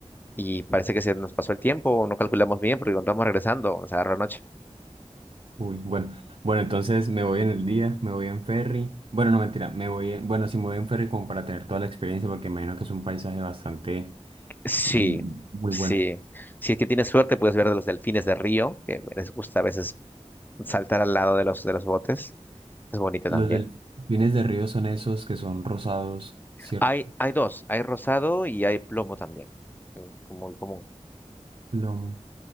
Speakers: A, on the left (about 15°); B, on the right (about 55°).
A: y parece que se nos pasó el tiempo, o no calculamos bien porque cuando estamos regresando nos agarró la noche.
B: Uy, bueno. Bueno, entonces me voy en el día, me voy en ferry. Bueno, no, mentira, me voy en... Bueno, sí, me voy en ferry como para tener toda la experiencia, porque me imagino que es un paisaje bastante
A: Sí,
B: mm, muy
A: sí,
B: bueno.
A: si es que tienes suerte puedes ver de los delfines de río, que les gusta a veces saltar al lado de los, de los botes. Es bonita
B: Los
A: también.
B: delfines de río son esos que son rosados, ¿cierto?
A: Hay, hay dos, hay rosado y hay plomo también, el- como el común.
B: Lomo.